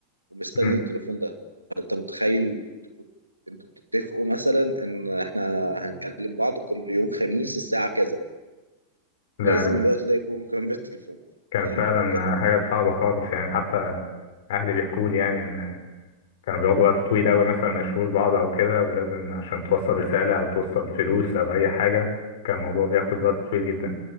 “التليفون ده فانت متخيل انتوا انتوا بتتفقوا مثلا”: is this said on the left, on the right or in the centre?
Right